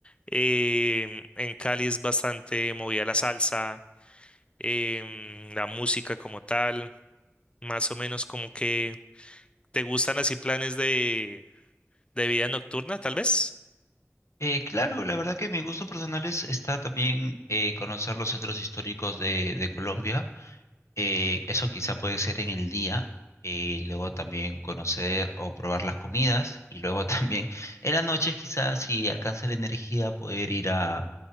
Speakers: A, on the left; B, on the left.
A: em, en Cali es bastante movida la salsa, em, la música como tal. Más o menos como que te gustan así planes de, de vida nocturna, tal vez.
B: Eh, claro, la verdad que mi gusto personal es, está también eh, conocer los centros históricos de, de Colombia. Eh, eso quizá puede ser en el día, eh, luego también conocer o probar las comidas y luego <laughs> también en las noches quizás si alcanza la energía poder ir a,